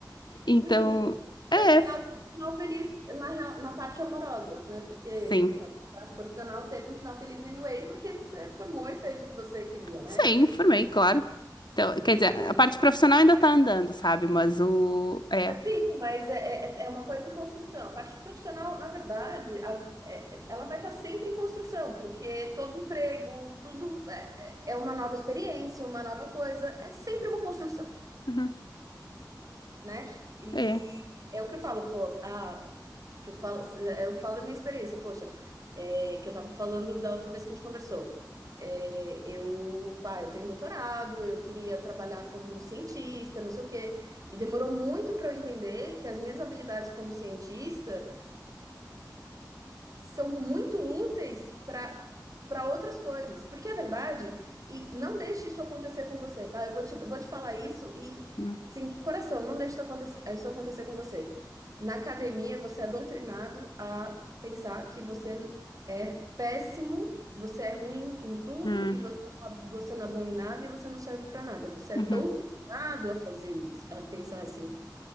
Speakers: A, on the right (about 50°); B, on the left (about 85°).
A: Que
B: Então,
A: bonito!
B: é,
A: Então, No final, teve um final feliz na, real- na parte amorosa, né? Porque,
B: sim.
A: pronto, a parte profissional teve um final feliz anyway, porque você formou e fez o que você queria, né?
B: Sim, formei, claro. Então,
A: E
B: quer dizer, a parte profissional ainda tá andando, sabe? Mas o... É.
A: Sim, mas é, é, é uma coisa em construção. A parte profissional, na verdade, a- é- ela vai estar sempre em construção, porque todo emprego, tudo é, é uma nova experiência, uma nova coisa, é sempre uma construção
B: Uhum,
A: né? E
B: é.
A: é o que eu falo, pô, ah, eu falo, eu falo da minha experiência, poxa, é, que eu tava falando da outra vez que a gente conversou. É, eu, pá, eu tenho doutorado, eu queria trabalhar como cientista, não sei o quê, e demorou muito para eu entender que as minhas habilidades como cientista são muito úteis para para outras coisas. Porque é verdade, e não deixe isso acontecer com você, tá? Eu vou te, vou te falar isso e,
B: Hum,
A: assim, de coração, não deixe isso acontecer, isso acontecer com você. Na academia, você é doutrinado a pensar que você é péssimo, você é ruim em tudo
B: hum,
A: e você, você não é bom em nada e você não serve para nada. Você é
B: Uhum,
A: doutrinado a fazer isso, a pensar assim.